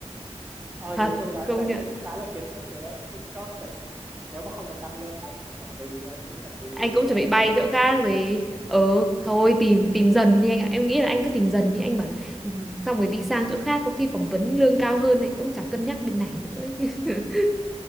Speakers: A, in the centre; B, on the right (about 15°).
A: <laughs>
B: Ôi,
A: thật
B: nói chung là anh
A: công
B: thấy
A: nhận
B: cũng khá là kiệt sức rồi đấy, exhausted nếu mà không được tăng lương anh cũng chuẩn bị anh cũng chuẩn bị
A: anh cũng
B: ra
A: chuẩn bị
B: đi
A: bay
B: tiếp
A: chỗ
B: thôi
A: khác rồi
B: Ờ.
A: ờ thôi tìm tìm dần đi anh ạ em nghĩ là anh cứ tìm dần đi anh bảo là "Ừ, xong rồi đi sang chỗ khác có khi phỏng vấn lương cao hơn anh cũng chả cân nhắc bên này nữa ấy chứ <laughs>